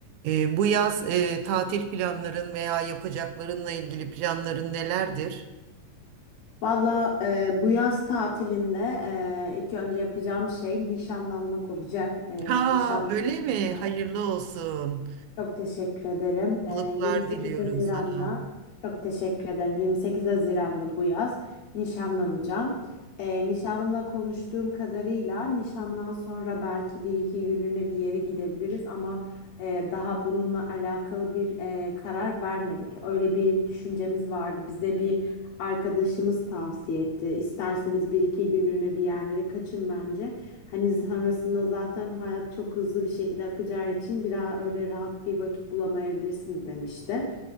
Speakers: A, on the right; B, on the left.
A: Ee, bu yaz e, tatil planların veya yapacaklarınla ilgili planların nelerdir?
B: Valla e, bu yaz tatilinde e, ilk önce yapacağım şey nişanlanmak olacak. E,
A: Ha,
B: nişanlanacağım
A: öyle mi?
B: bu yaz.
A: Hayırlı olsun.
B: Çok teşekkür ederim.
A: Mutluluklar
B: E, 28
A: diliyorum
B: Haziran'da
A: sana.
B: çok teşekkür ederim. 28 Haziran'da bu yaz nişanlanacağım. E, nişanlımla konuştuğum kadarıyla nişandan sonra belki bir iki günlüğüne bir yere gidebiliriz ama e, daha bununla alakalı bir e, karar vermedik. Öyle bir düşüncemiz vardı. Bize bir Arkadaşımız tavsiye etti. İsterseniz bir iki günlüğüne bir yerlere kaçın bence. Hani sonrasında zaten hayat çok hızlı bir şekilde akacağı için bir daha öyle rahat bir vakit bulamayabilirsiniz demişti.